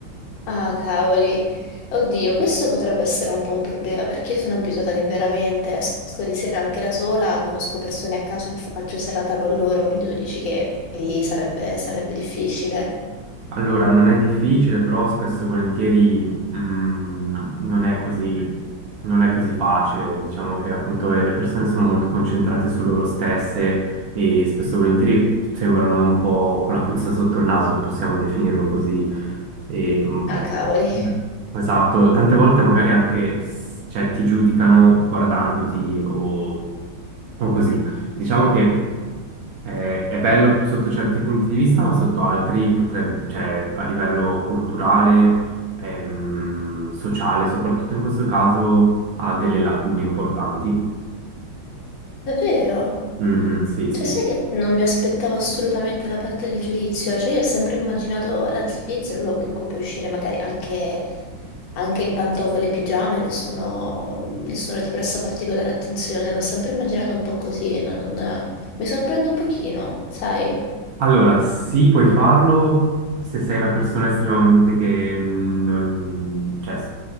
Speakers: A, on the left; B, on the right.
A: Ah, cavoli. Oddio, questo potrebbe essere un po' un problema perché io sono abituata che veramente esco di sera anche da sola, conosco persone a caso e faccio serata con loro, quindi tu dici che lì sarebbe, sarebbe difficile.
B: Allora, non è difficile, però spesso e volentieri mh, non è così, non è così facile. Diciamo che appunto eh, le persone sono molto concentrate su loro stesse e spesso e volentieri sembrano un po' con la puzza sotto il naso, possiamo definirlo così. E, mh,
A: Ah, cavoli.
B: esatto, tante volte magari anche s- cioè, ti giudicano guardandoti o, o così. Diciamo che è, è bello sotto certi punti di vista, ma sotto altri potrebbe, cioè a livello culturale, ehm, sociale, soprattutto in questo caso, ha delle lacune importanti.
A: Davvero?
B: Mhm, sì, sì.
A: Cioè, sai che non mi aspettavo assolutamente la parte del giudizio? Cioè, io ho sempre immaginato la Svizzera un luogo in cui puoi uscire magari anche anche in pantofole e pigiama e nessuno, nessuno ti presta particolare attenzione. L'ho sempre immaginato un po' così, non- mi sorprende un pochino, sai?
B: Allora, sì, puoi farlo se sei una persona estremamente che mm, non, cioè, s-